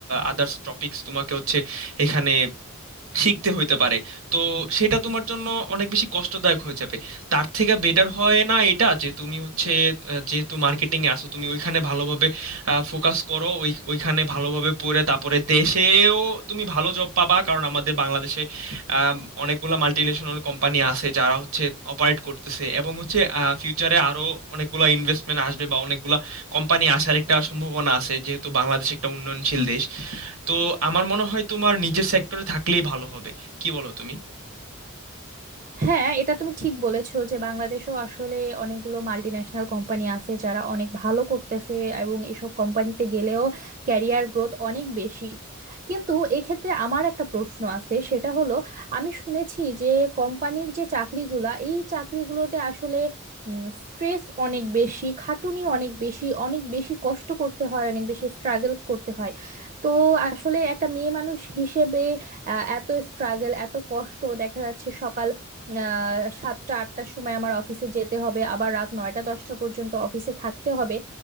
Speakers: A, on the right (about 80°); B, on the right (about 40°).
A: আদার্স টপিকস তোমাকে হচ্ছে এখানে শিখতে হইতে পারে তো সেটা তোমার জন্য অনেক বেশি কষ্টদায়ক হয়ে যাবে তার থেকে বেটার হয় না এটা যে তুমি হচ্ছে আহ, যেহেতু মার্কেটিং এ আসো তুমি ওইখানে ভালোভাবে ফোকাস করো ওই ওইখানে ভালোভাবে পড়ে তারপরে দেশেও তুমি ভালো জব পাবা কারণ আমাদের বাংলাদেশে আম, অনেকগুলা মাল্টিন্যাশনাল কোম্পানি আছে যারা হচ্ছে অপারেট করতেছে এবং হচ্ছে ফিউচারে আরো অনেকগুলা ইনভেস্টমেন্ট আসবে বা অনেকগুলা কোম্পানি আসার একটা সম্ভাবনা আছে যেহেতু বাংলাদেশ একটা উন্নয়নশীল দেশ তো আমার মনে হয় তোমার নিজের সেক্টরে থাকলেই ভালো হবে কি বলো তুমি
B: হ্যাঁ এটা তুমি ঠিক বলেছো যে বাংলাদেশেও আসলে অনেকগুলো মাল্টি ন্যাশনাল কোম্পানি আছে যারা অনেক ভালো করতেছে এবং এসব কোম্পানিতে গেলেও ক্যারিয়ার গ্রোথ অনেক বেশি কিন্তু এক্ষেত্রে আমার একটা প্রশ্ন আছে সেটা হলো আমি শুনেছি যে কোম্পানির যে চাকরিগুলা এই চাকরিগুলোতে আসলে স্ট্রেস অনেক বেশি খাটুনি অনেক বেশি অনেক বেশি কষ্ট করতে হয় অনেক বেশি স্ট্রাগল করতে হয় তো আসলে একটা মেয়ে মানুষ হিসেবে আহ, এত স্ট্রাগল এত কষ্ট দেখা যাচ্ছে সকাল আহ সাতটা আটটার সময় আমার অফিসে যেতে হবে আবার রাত নয়টা দশটা পর্যন্ত অফিসে থাকতে হবে